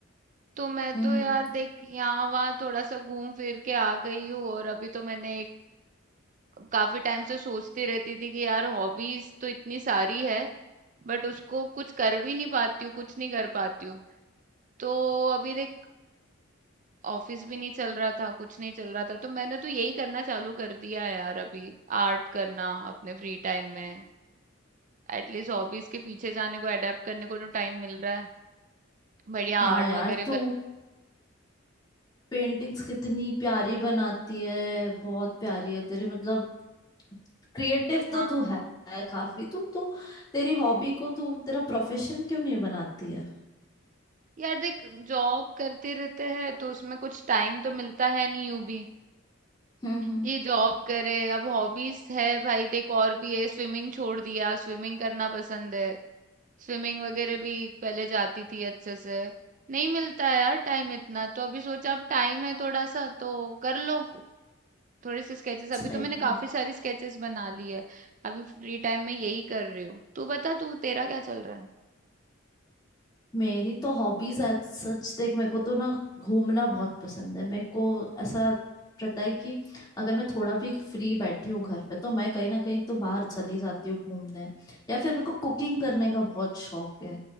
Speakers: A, on the right (about 40°); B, on the left (about 20°).
A: तो मैं
B: हम्म
A: तो यार
B: हम्म
A: देख यहाँ वहाँ थोड़ा सा घूम फिर के आ गई हूँ और अभी तो मैंने एक काफी टाइम से सोचती रहती थी कि यार हॉबीज तो इतनी सारी है बट उसको कुछ कर भी नहीं पाती हूँ कुछ नहीं कर पाती हूँ तो अभी देख ऑफिस भी नहीं चल रहा था कुछ नहीं चल रहा था तो मैंने तो यही करना चालू कर दिया है यार अभी आर्ट करना अपने फ्री टाइम में एटलीस्ट हॉबीज के पीछे जाने को अडेप्ट करने को तो टाइम मिल रहा है बढ़िया
B: हाँ
A: आर्ट
B: यार
A: वगैरह
B: तू
A: करना
B: पेंटिंग्स कितनी प्यारी बनाती है बहुत प्यारी है तेरी मतलब क्रिएटिव तो
A: हाँ
B: तू है, है काफी तू तू तेरी हॉबी को तू तेरा प्रोफेशन क्यों नहीं बनाती है
A: यार देख जॉब करते रहते हैं तो उसमें कुछ टाइम तो मिलता है नहीं यूं भी
B: हम्म हम्म
A: कि जॉब करे अब हॉबीज है भाई देख और भी है स्विमिंग छोड़ दिया स्विमिंग करना पसंद है स्विमिंग वगैरह भी पहले जाती थी अच्छे से नहीं मिलता है यार टाइम इतना तो अभी सोचा अब टाइम है थोड़ा सा तो कर लो थोड़ी सी स्केचेस
B: सही
A: अभी तो मैंने काफी
B: बात
A: सारी स्केचेस बना ली है अभी फ्री टाइम में यही कर रही हूँ तू बता तू तेरा क्या चल रहा है
B: मेरी तो हॉबीज सच देख मेरे को तो ना घूमना बहुत पसंद है मेरे को ऐसा रहता है कि अगर मैं थोड़ा भी फ्री बैठी हूँ घर पे तो मैं कहीं ना कहीं तो बाहर चली जाती हूँ घूमने या फिर मेरे को कुकिंग करने का बहुत शौक है